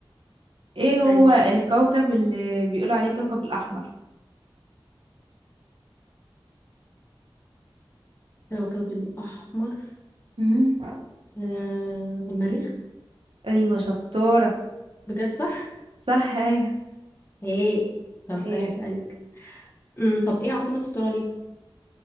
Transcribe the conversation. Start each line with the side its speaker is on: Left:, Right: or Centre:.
Right: ايه
Left: واسألي
Right: هو الكوكب اللي بيقولوا عليه كوكب الأحمر
Left: الكوكب الأحمر
Right: مم.
Left: آه المريخ
Right: ايوه شطورة
Left: بجد صح؟
Right: صح ايوه
Left: ايه طب استني
Right: ايه
Left: هسألك مم. طب ايه عاصمة استراليا؟